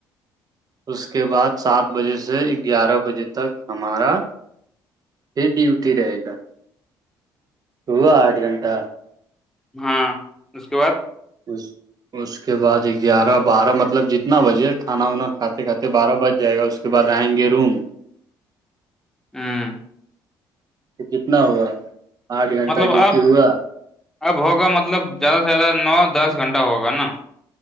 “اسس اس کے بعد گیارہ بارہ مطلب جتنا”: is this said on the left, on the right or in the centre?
Right